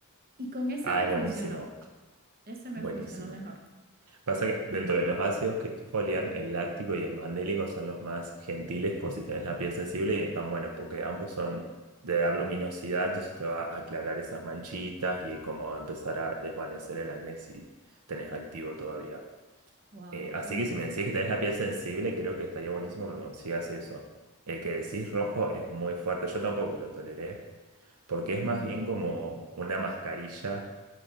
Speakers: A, on the right; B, on the right.
A: Y con ese
B: Ah,
A: me
B: es
A: funcionó.
B: buenísimo,
A: Ese me
B: buenísimo.
A: funcionó mejor.
B: Pasa que dentro de los ácidos que exfolian, el láctico y el mandélico son los más gentiles por si tenés la piel sensible y están buenos porque ambos son de dar luminosidad, entonces te va a aclarar esas manchitas y como va a empezar a desvanecer el acné si tenés activo todavía.
A: Wow,
B: Eh, así
A: creo
B: que
A: que
B: si me decís que tenés la piel sensible, creo que estaría buenísimo que consigas eso. El que decís
A: sí.
B: rojo es muy fuerte, yo tampoco lo toleré porque
A: Ujú,
B: es más bien como una mascarilla